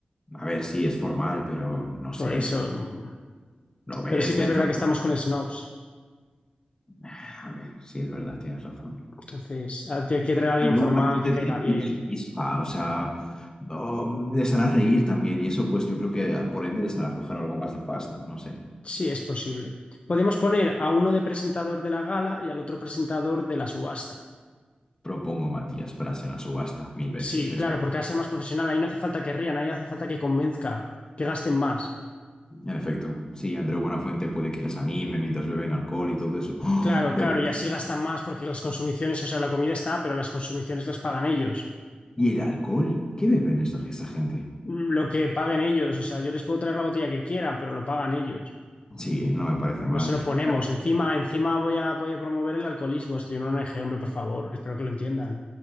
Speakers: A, on the left (about 25°); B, on the left (about 45°).
A: A ver, sí, es formal, pero no
B: por
A: sé.
B: eso. Mm,
A: Lo ves
B: Pero sí que
A: dentro
B: es verdad que
A: de...
B: estamos con snobs.
A: Ah, A ver, sí, es verdad, tienes razón.
B: Entonces, hay que traer a alguien
A: Andreu
B: formal
A: Buenafuente
B: que
A: tiene
B: caiga bien.
A: su chispa, o sea, oh, les hará reír también. Y eso, pues, yo creo que ah, por ende les hará aflojar algo más de pasta, no sé.
B: Sí, es posible. Podemos poner a uno de presentador de la gala y al otro presentador de la subasta.
A: Propongo Matías para hacer una subasta mil veces.
B: Sí,
A: Es
B: claro,
A: más.
B: porque va a ser más profesional. Ahí no hace falta que rían, ahí hace falta que convenzca, que gasten más.
A: En efecto, sí, Andreu Buenafuente puede que les anime mientras beben alcohol y todo eso. ¡Oh!
B: Claro,
A: Ver-
B: claro, y así gastan más porque las consumiciones, o sea, la comida está, pero las consumiciones las pagan ellos.
A: ¿Y el alcohol? ¿Qué beben esta, esta gente?
B: Mm, Lo que paguen ellos, o sea, yo les puedo traer la botella que quieran, pero lo pagan ellos.
A: Sí, no me parece mal.
B: No se lo ponemos.
A: Claro,
B: Encima, encima voy a, voy a promover el alcoholismo. Estoy en una ONG, hombre, por favor. Espero que lo entiendan.